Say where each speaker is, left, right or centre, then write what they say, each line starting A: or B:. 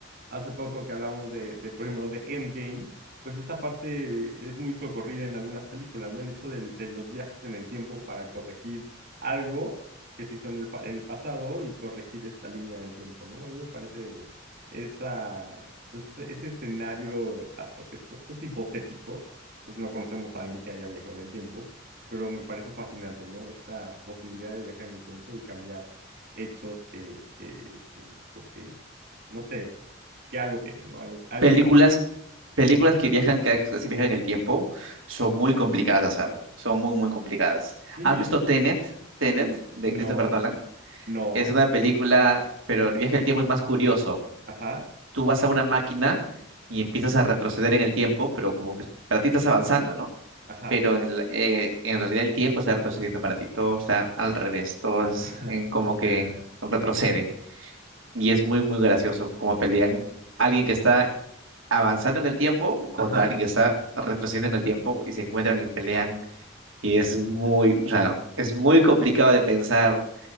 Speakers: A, on the right; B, on the right.
A: hace poco, que hablábamos de, de, por ejemplo, de Endgame, pues esta parte es muy socorrida en algunas películas, ¿no? El hecho del- de, los viajes en el tiempo para corregir algo que se hizo en el, fa- en el pasado y corregir esta línea del tiempo, ¿no? A mí me parece esa, pues ese, ese escenario hasta cierto, pues hipotético, porque no conocemos a alguien que haya viajado en el tiempo pero me parece fascinante, ¿no? Esta posibilidad de viajar en el tiempo y cambiar hechos que, que, que, pues que, no sé, que algo tienen, ¿no? Algo que alguien
B: Películas,
A: quiere.
B: películas que viajan, que así viajan en el tiempo, son muy complicadas de hacer. Son muy, muy complicadas.
A: Sí,
B: ¿Has visto Tenet? Tenet,
A: n-
B: de
A: no,
B: Christopher Nolan.
A: no,
B: Es una película, pero el viaje del tiempo es más curioso.
A: ajá,
B: Tú vas a una máquina y empiezas a retroceder en el tiempo, pero como que para ti estás avanzando, ¿no?
A: ajá,
B: Pero en, la- eh, en realidad el tiempo está retrocediendo para ti. Todo está al revés. Todo es
A: <laughs>
B: en como que
A: ajá,
B: retrocede. Y es muy, muy gracioso como pelean alguien que está avanzando en el tiempo contra
A: ajá,
B: alguien que está retrocediendo en el tiempo y se encuentran y pelean. Y es muy, o sea, es muy complicado de pensar.